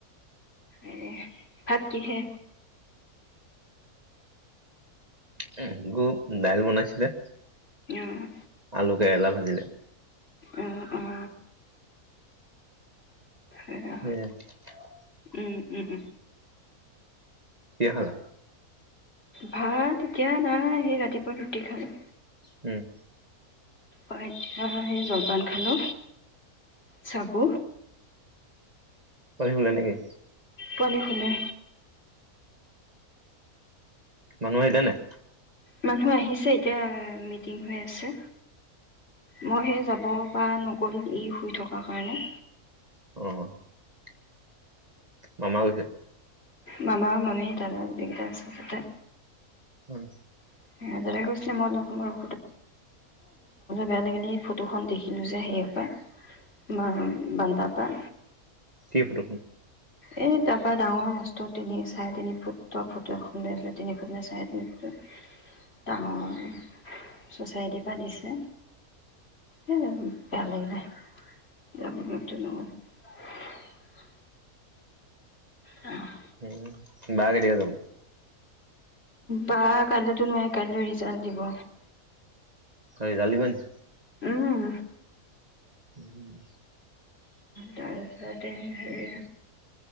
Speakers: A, on the left; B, on the right.
A: এ ভাত কিহে?
B: <unintelligible> দাইল বনাইছিলে
A: অ',
B: আলু, কেৰেলা ভাজি <unintelligible>
A: অ', অ'।
B: <unintelligible>
A: সেয়া উম, উম।
B: কিহে খালা?
A: ভাত এতিয়া নাই সেই ৰাতিপুৱা ৰুটি খালো
B: উম!
A: অ' এতিয়া সেই জলপান খালো চাগু
B: পোৱালি শুলে নে কি?
A: পোৱালী শুলে
B: মানুহ আহিলে নাই?
A: মানুহ আহিছে এতিয়া মিটিং হৈ আছে, মই সেই যাব পৰা নগ'ল ই শুই থকা কাৰণে।
B: অ' <unintelligible>
A: মামা-মামী <unintelligible>
B: হয়।
A: <unintelligible> এ, মোৰ যাবলে বেয়া লাগিলে এই ফটোখন দেখিলোঁ যে, হেৰি পা বা-বান্দাৰ পা
B: কি ফটোখন?
A: এই তাৰ পৰা ডাঙৰ মস্ত তিনি চাৰে তিনি ফুটৰ ফটো এখন দিলে তিনি ফুট নে চাৰে তিনি ফুট ডাঙৰ চচাইটিৰ পা দিছে সেই বেয়া লাগিলে যাবলে তেনেকোৱাত অ'
B: উম বাক দিয়া যাব
A: বা কাইলেটো নোৱাৰে কাইলৈ ৰিজাল্ট দিব।
B: হয়। ৰিজাল্ট দিব নি
A: উম!
B: উম হম।
A: তাৰপিছতে হেৰি,